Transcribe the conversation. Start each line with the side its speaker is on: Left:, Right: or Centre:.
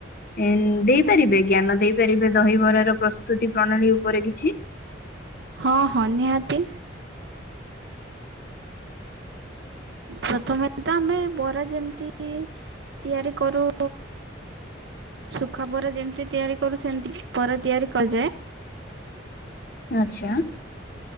Left: ଏଁ ଦେଇପାରିବେ ଜ୍ଞାନ ଦେଇପାରିବେ ଦହିବରାର ପ୍ରସ୍ତୁତି ପ୍ରଣାଳୀ ଉପରେ କିଛି?
Right: ହଁ ହଁ ନିହାତି। ପ୍ରଥମେ ତ ଆମେ ବରା ଯେମତି ତିଆରି କରୁ ସୁୁଖା ବରା ଯେମତି ତିଆରି କରୁ ସେମତି ବରା ତିଆରି କରାଯାଏ। <unintelligible>
Left: ଆଚ୍ଛା